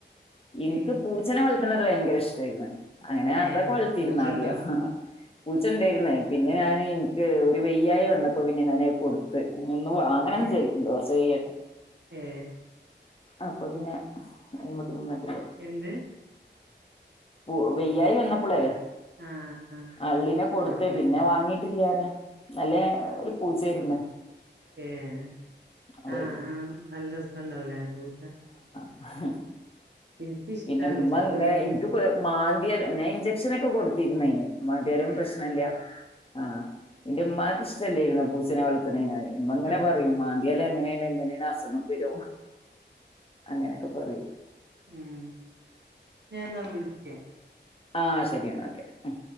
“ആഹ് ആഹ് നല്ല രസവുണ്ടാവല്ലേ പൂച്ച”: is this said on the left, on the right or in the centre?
Right